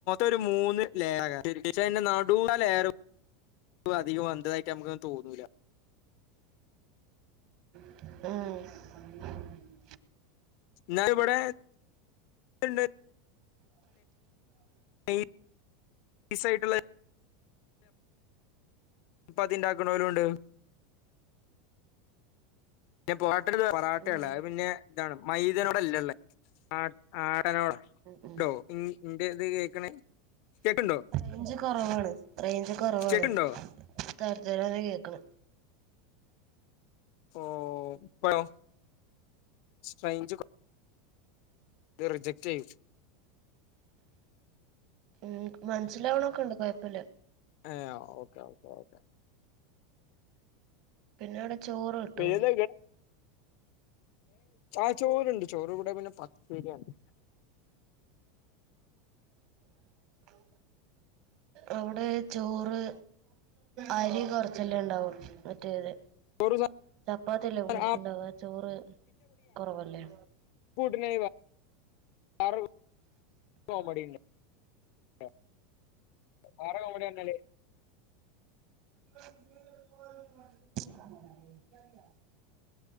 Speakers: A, on the left (about 60°); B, on the right (about 55°).
A: ഒരു മൂന്ന് ലെയാറാക്കരം പക്ഷെ നടുത്തെ ലെയർ വ്വ് അധികം വന്നതായിട്ട് നമുക്ക് തോന്നൂല്ല.
B: ഉം..
A: ന്നാൾ ഇവിടെ... എന്തുണ്ട് ഈ ഈ സൈഡിലുള്ള.... ഇപ്പൊ അത് ഉണ്ടാക്കണവരും ഉണ്ട്. ഞാൻ പൊറാട്ട പൊറാട്ട
B: ഉം ഉം
A: ല്ല. പിന്നെ ഇതാണ് മൈദ നോടളല്ലേ ആടനോട്...
B: ഉം
A: ഉണ്ടോ ഇന്റെ ഇത് കേക്കണേ കേക്കണ്ടോ?
B: റേഞ്ച് കുറവാണ്! റേഞ്ച് കുറവാണ്!
A: സ്റ്റെക്കുണ്ടോ
B: തരത്തില കേൾക്കണെ.
A: ഓഹ്! ഇപ്പഴോ? റേഞ്ച് റിജക്ട് ചെയ്..
B: ഉം... മനസ്സിലാവണൊക്കെയുണ്ട്. കുഴപ്പമില്ല.
A: ഏ ആഹ്! Okay okay okay!
B: പിന്നെ ഇവിടെ ചോറ്. കിട്ടോ
A: പേരെന്താ? ആ ചോറണ്ട് ചോറ് കൂടെ പിന്നെ പത്ത് പേരണ്ട്.
B: ഉം.. അവിടെ ചോറ്, അരി കുറച്ച്.... ച്ചല്ലേ ഉണ്ടാവു? മറ്റേത്...
A: ചോറ് സാ-
B: ചപ്പാത്തിയല്ലേ കൂടുതലണ്ടാവ?
A: ആ
B: ചോറ് കുറവല്ലേ?
A: കൂട്ടന... <unintelligible> വറ കോമഡി.... എന്തന്നാൽ
B: <inaudible>